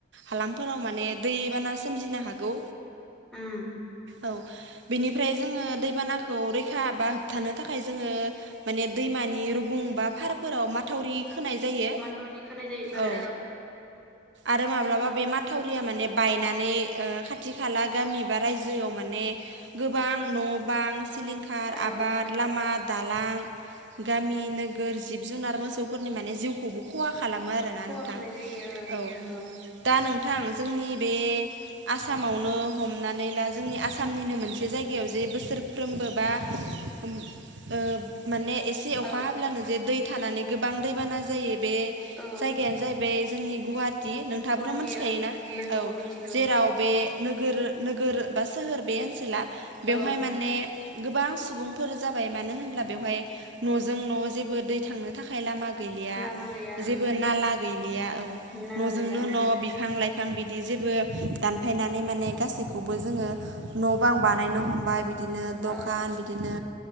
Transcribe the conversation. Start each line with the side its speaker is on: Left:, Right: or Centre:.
Right: हालामफोराव माने दैबाना सोमजिनो हागौ।
Centre: उम।
Right: औ बेनिफ्राय जोङो दैबानाखौ रैखा बा होबथानो थाखाय जोङो माने दै। मानि रुगुं बा फारफोराव मा। -थावरि खोनाय जायो
Centre: माथावरि खोनाय जायोथ' आरो
Right: औ आरो माब्लाबा बे माथ -थावरिया माने बायनानै ओ खाथि खाला गामि बा रायजोआव माने गोबां न' बां सि -लिंखार
Centre: औ
Right: आबाद लामा दालां गामि नोगोर जिब जुनार मोसौ फोरनि माने जिउखौबो खहा खालामो आरोना
Centre: खहा
Right: नोंथां
Centre: खालामनाय जायो ओं
Right: औ
Centre: नंगौ
Right: दा नों -थां जोंनि बे आसामावनो हमनानै ला जोंनि आसामनिनो मोनसे जायगायाव जे। बोसोरफ्रोमबो बा ओम ओ। माने एसे अखा
Centre: औ
Right: हाब्लानो जे दै थानानै गोबां दैबाना जायो। बे
Centre: औ
Right: जायगायानो जाहैबाय जोंनि गुवाहा -टि नोंथाङाबोथ'
Centre: गुवाहाटि
Right: मिथिखायोना
Centre: ओं नंगौ
Right: औ
Centre: मिथिगौ
Right: जेराव बे नोगोर नोगोर बा सोहोर बे ओनसोला बेवहाय
Centre: औ
Right: माने गोबां सुबुंफोर जाबाय मानो होनब्ला बेवहाय न'जों न' जेबो दै थांनो थाखाय लामा। गैलिया
Centre: लामा गैया
Right: जेबो
Centre: उम
Right: नाला गैलिया औ
Centre: नाला
Right: न'जोंनो
Centre: गैला
Right: न'
Centre: उम
Right: बिफां लाइ फां बिदि जेबो दानफायनानै माने गासैखौबो जोङो न' बां बानायनो हमबाय बि दिनो दखान
Centre: औ
Right: बिदिनो